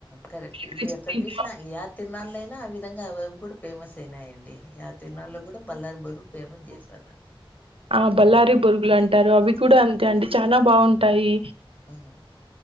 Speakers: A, on the left (about 20°); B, on the right (about 75°).
A: కరెక్ట్ ఇప్పుడు
B: క్రిస్పీగా
A: ఎక్కడ చూసిన యా తిర్నాళయినా ఆ విధంగా అవవి కూడా ఫేమస్ అయినాయండి యా తిరునాల్లో కూడా బల్లారి బొరుగులు ఫేమస్ చేశారు
B: ఆ బల్లారి బరుగులు లాం టారు అవి కూడా అంతే అండి చాలా బావుంటాయి
A: హ్మ్